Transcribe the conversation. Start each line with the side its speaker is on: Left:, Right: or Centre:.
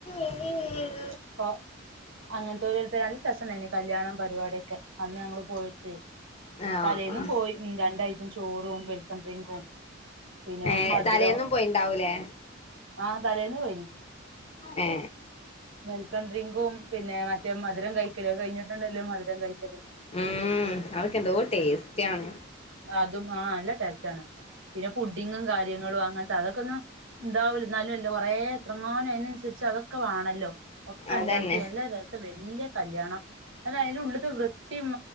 Left: ഉ <unintelligible>
Right: അപ്പൊ അങ്ങനത്തെരായിട്ട് നല്ല രസണ്ടായിന് കല്യാണം പരിപാടിയൊക്കെ അന്ന് ഞങ്ങള് പോയിട്ടേ
Left: ആ ആ
Right: തലേന്നും
Left: ആ
Right: പോയി രണ്ടായിട്ടും ചോറും വെൽക്കഡ്രിങ്കും പിന്നെ
Left: ഏ
Right: മധുരം
Left: തലേന്നും പോയിണ്ടാവൂലേ
Right: ആഹ തലേന്ന് പോയിന്
Left: ഏ
Right: വെൽക്കംഡ്രങ്കും പിന്നെ മറ്റ മധുര കഴി കഴിക്കല് കഴിഞ്ഞിട്ടുണ്ടല്ലോ മധുരം കഴിക്കല്
Left: ഉം അതൊക്കെ എന്തോ ടേസ്റ്റ് ആണ്
Right: അതും ആഹ നല്ല ടേസ്റ്റ് ആണ് പിന്നെ പുഡിങ്ങും കാര്യങ്ങളും അങ്ങനത്തെ അതൊക്കെ ഒന്നും ഇതാവൂല്ല എന്നാലും അല്ല കൊറെേ എത്രങ്ങാനും അതിനനുസരിച്ച് അതൊക്കെ വേണല്ലോ ഒക്കെ
Left: അതന്നെ
Right: ഉണ്ടാക്കി എല്ലാ രസം വല്യ കല്യാണം അല്ല അയിനുള്ളത്തെ വൃത്തിയും